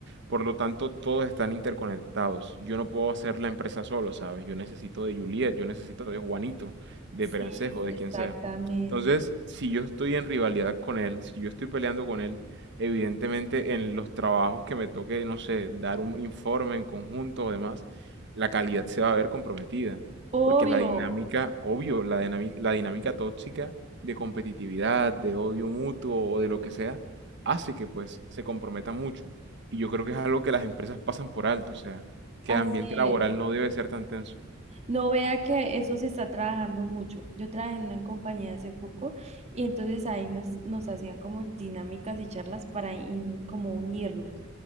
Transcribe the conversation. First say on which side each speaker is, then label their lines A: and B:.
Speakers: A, on the right; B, on the right.
A: Por lo tanto, todos están interconectados. Yo no puedo hacer la empresa solo, ¿sabes? Yo necesito de Juliet, yo necesito de Juanito, de
B: Sí,
A: Perencejo, de
B: exactamente.
A: quien sea. Entonces, si yo estoy en rivalidad con él, si yo estoy peleando con él, evidentemente en los trabajos que me toque, no sé, dar un informe en conjunto o demás, la calidad se va a ver comprometida,
B: Obvio,
A: porque la dinámica, obvio, la dinámica, la dinámica tóxica de competitividad, de odio mutuo o de lo que sea, hace que pues se comprometa mucho. Y yo creo que es algo que las empresas pasan por alto, o sea, que
B: así
A: el ambiente
B: es.
A: laboral no debe ser tan tenso.
B: No vea que eso se está trabajando mucho. Yo trabajé en una compañía hace poco y entonces ahí nos, nos hacían como dinámicas y charlas para in- como unirnos.